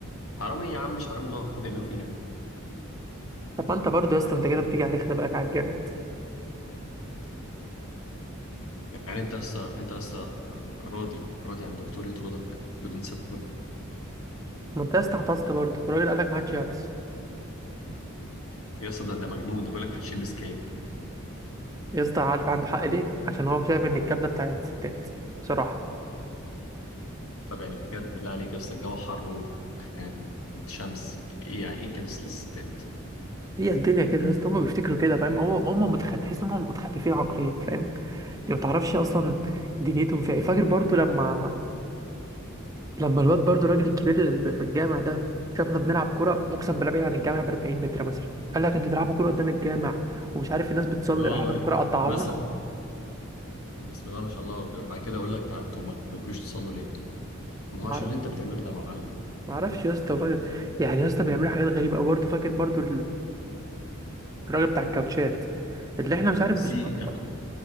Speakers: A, on the left; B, on the right.
A: حرام ايه يا عم مش حرام اللي هو بيعمله فينا
B: طب ما انت برضه يا اسطى انت كده بتيجي عليه خلي بالك على الجامد
A: يعني انت يا اسطى انت يا اسطى راضي راضي عن دكتور يطردك بدون سبب
B: ما انت يا اسطى عطست برضه الراجل قال لك ما حدش يعطس
A: يا اسطى ده ده مجنون ده بيقول لك محدش يلبس كاب
B: يا اسطى عارف عنده حق ليه عشان هو شايف ان الكبده بتاعت الستات بصراحه
A: طب يعني بجد بالله عليك يا اسطى الجو حر وكانت شمس ايه يعني ايه كبس الستات
B: هي الدنيا كده يا اسطى هم بيفتكروا كده فاهم هو هم متخ... تحس ان هم متخلفين عقليا فاهم انت ما تعرفش اصلا دنيتهم فيها ايه فاكر برضو لما لما الواد برضو الراجل الكبير اللي بيبقى في الجامع ده شافنا بنلعب كوره اقسم بالله بعيد عن الجامع ب 40 متر مثلا قال لك انتوا تلعبوا كوره قدام الجامع ومش عارف الناس بتصلي
A: اه
B: راح اخد الكوره قطعها
A: مثلا
B: لنا
A: بسم الله ما شاء الله ده بعد كده اقول لك تعال انتوا ما بتجوش تصلوا ليه ما
B: ما
A: هو عشان
B: اعرف
A: اللي انت بتعمله ده يا معلم
B: ما اعرفش يا اسطى فاكر يعني يا اسطى بيعملوا حاجات غريبه قوي برضه فاكر برضه الراجل بتاع الكاوتشات اللي احنا مش عارف
A: سي
B: بالصدفه
A: يعني